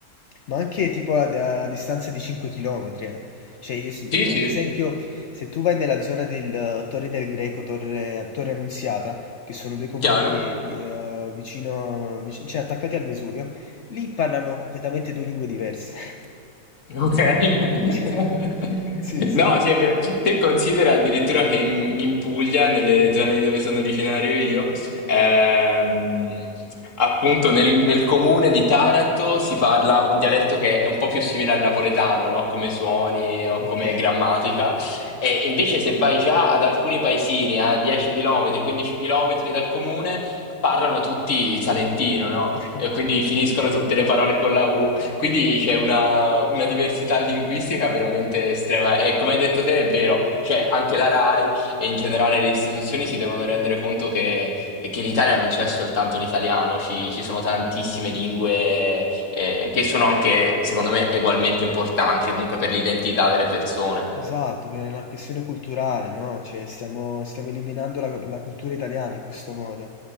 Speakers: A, on the left; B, on the left.
A: Ma anche tipo a, a distanza di 5 km, eh. Cioè io, si-
B: Sì, sì,
A: ad esempio, se tu vai nella zona del eh, Torre del Greco, Torre, Torre Annunziata, che sono due comuni
B: chiaro.
A: vi- eh, vicino, vic- cioè attaccati al Vesuvio, lì parlano completamente due lingue diverse. <laughs>
B: Ok.
A: Cioè,
B: <laughs>
A: Sì, sì,
B: No, sì, è vero. Te considera addirittura che in, in Puglia, nelle zone di dove sono originario io, ehm, appunto nel, nel comune di Taranto si parla un dialetto che è un po' più simile al napoletano, no? Come suoni o
A: ok.
B: come grammatica. E invece se vai già ad alcuni paesini a 10 km, 15 km dal comune, parlano tutti salentino, no?
A: <laughs>
B: E quindi finiscono
A: Sì,
B: tutte le parole con la U. Quindi c'è una, una diversità linguistica veramente estrema e come hai detto te è vero, cioè anche la RAI e in generale le istituzioni si devono rendere conto che, che in Italia non c'è soltanto l'italiano, ci, ci sono tantissime
A: sì.
B: lingue eh, che sono anche, secondo me, ugualmente importanti comunque per l'identità delle persone.
A: Esatto, per una questione culturale, no? Cioè, stiamo, stiamo eliminando la, la cultura italiana in questo modo,